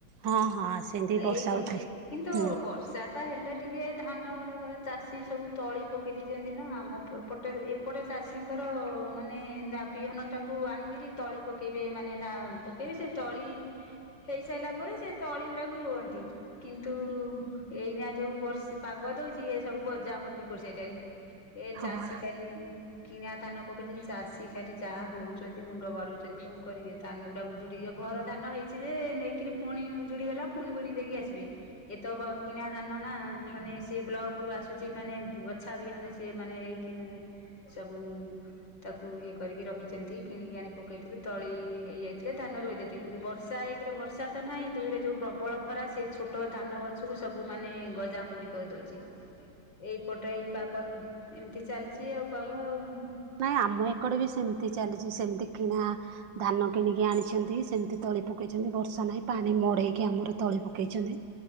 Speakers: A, on the right (about 70°); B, on the left (about 65°).
A: ହଁ ହଁ ସେମିତି
B: ଏଇ
A: ବର୍ଷା
B: ପଟେ
A: ଉଠେ
B: କିନ୍ତୁ
A: ହୁଁ
B: ବର୍ଷା ଟା ହେଲେ ଟିକେ ଧାନ ଗୁଡ଼ାକ ଚାଷୀ ସବୁ ତଳି ପକେଇ ଦେଇଛନ୍ତି ନା ଆମ ପ ପ ଏପଟେରେ ଏପଟେ ଚାଷୀଙ୍କର ମାନେ ଦାବିହନ ଟାକୁ ଆଣିକିରି ତଳି ପକେଇବେ ମାନେ ଧା ପକେଇବେ ସେ ତଳି ହେଇସାରିଲା ପରେ ସେ ତଳି ଗୁରାକୁ ରୁହନ୍ତି କିନ୍ତୁ ଏଇନା ଯୋଉ ବର୍ଷ ପାଗ ଦଉଛି ଏ ସବୁ ଗଜା ମରୁଡ଼ି କରିଶାରିଲାଣି। ଏ
A: ହଁ
B: ଚାଷୀ ଖାଲି କିଣା ଧାନ ପକେଇଛନ୍ତି ଚାଷୀ ଖାଲି ଯାହା ହଉଛନ୍ତି। ବଡ଼ଉଛନ୍ତି କଣ କରିବେ? ଧାନ ଉଡ଼ା ଉଜୁଡ଼ି ଜୀବ ଘର ଧାନ ହେଇଛି ଯେ ନେଇକିରି ଫୁଣି ଉଜୁଡ଼ି ଗଲା ଫୁଣି ଦେଇକି ଆସିବେ। ଏତ କିଣା ଧାନ ନା ମାନେ ସେ ବ୍ଲକ ରୁ ଆସୁଛି ମାନେ ବଛା ବିହନ ସିଏ ମାନେ ହେଇକି। କି ମାନେ ସବୁ ତାକୁ ଇଏ କରିକି ରଖିଛନ୍ତି କିଣିକି ଆଣି ପକେଇଥିଲୁ ତଳି ହେଇଯାଇଥିଲେ ଧାନ ରୋଇଦେଥିଲେ କିନ୍ତୁ ବର୍ଷା ଏକ ରେ ବର୍ଷା ତ ନାହିଁ ଦୁଇରେ ଯୋଉ ପ୍ରବଳ ଖରା ସେ ଛୋଟ ଧାନ ଗଛ କୁ ସବୁ ମାନେ ଗଜାମରୁଡ଼ି କରିଦଉଛି। ଏଇପଟେ ଏଇ ପାଗ ଏମିତି ଚାଲିଛି ଆଉ ପାଗ ଆଉ।
A: ନାଇଁ ଆମ ଏକଡ଼େ ବି ସେମିତି ଚାଲିଛି ସେମିତି କିଣା ଧାନ କିଣିକି ଆଣିଛନ୍ତି ସେମିତି ତଳି ପକେଇଛନ୍ତି ବର୍ଷା ନାହିଁ ପାଣି ମଡ଼େଇକି ଆମର ତଳି ପକେଇଛନ୍ତି।